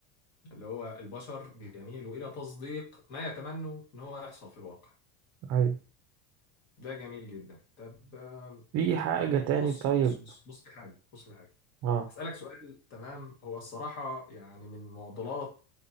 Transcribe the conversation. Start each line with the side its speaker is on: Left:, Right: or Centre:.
Left: اللي هو البشر بيميلوا إلى تصديق ما يتمنوا إن هو يحصل في الواقع
Right: عيب
Left: ده جميل جدا طب
Right: في حاجة
Left: طب
Right: تاني
Left: بص
Right: طيب
Left: بص بص بص في حاجة بص في حاجة
Right: اه
Left: هسألك سؤال تمام هو الصراحة يعني من معضلات